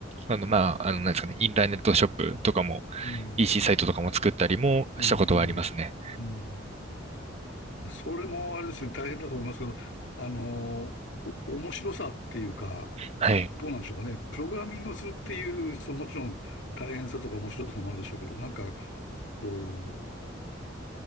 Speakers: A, on the right; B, on the left.
A: あの、まあ、あの、なんですかね、インターネットショップとかも、
B: うん、
A: EC サイトとかも作ったりもしたことはありますね。
B: うん、うん、うん。それもあれですね、大変だと思いますけど、あの、お面白さっていうか、
A: はい。
B: どうなんでしょうかね。プログラミングをするっていう、そのもちろん大変さとか面白さもあるでしょうけど、なんか、こう、